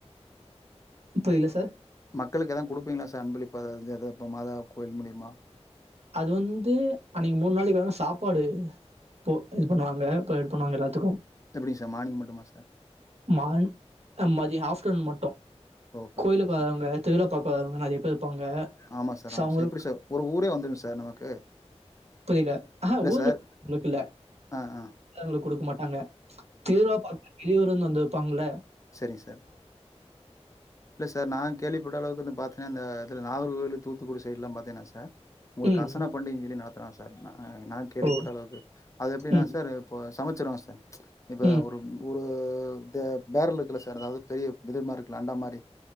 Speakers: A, on the right (about 70°); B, on the left (about 30°).
A: புரில சர்
B: மக்களுக்கு எதான் குடுப்பீங்களா சர் அன்பளிப்பா எதாவது இப்போ மாதா கோவில் மூலியமா
A: அது வந்து அன்னைக்கு மூணு நாளைக்கு வந்து சாப்பாடு போ இது பண்ணுவாங்க ப்ப ஹெல்ப் பண்வாங்க எல்லாத்துக்கு
B: எப்டிங்க சர் மானிங் மட்டுமா சர்
A: மான் மதியோ ஆப்டர்நூன் மட்டு
B: ஓகே
A: கோயிலுக்கு
B: ஓகே சார்
A: வரவங்க திருவிழா பாக்க வரவங்க நெறைய பேர் இருப்பாங்க
B: ஆமா சார்
A: சோ
B: ஆமா
A: அவங்களுக்
B: சார் எப்படி சார் ஒரு ஊரே வந்துரு சர் நமக்கு
A: புரில ஆஹா
B: இல்ல
A: ஊர்ல
B: சார்
A: உள்ளவங்களுக்கு இல்ல
B: ஆ ஆ
A: களுக் குடுக்க மாட்டாங்க திருவிழா பாக்க வெளியூர்ல இருந்து வந்துருப்பாங்கல்ல
B: சேரிங் சர் இல்ல சர் நா கேள்விப்பட்ட அளவுக்கு வந்து பாத்தீன்னா இந்த இதுல நாகர்கோயிலு தூத்துக்குடி சைடுல்லா பாத்தீனா சார் உங்களுக்கு
A: ம்.
B: அசன பண்டிகைன்னு சொல்லி நடத்துறா சார் நா கேள்விப்பட்ட
A: ஓ!
B: அளவுக்கு அது எப்டின்னா
A: ம்,
B: சார் இப்ப சமைச்சிருவ சார் இப்ப
A: ம்,
B: ஒரு ஒரு து பேரலு இருக்குல சார் அதாவது பெரிய இதுமாறி இருக்குல்ல அண்டா மாறி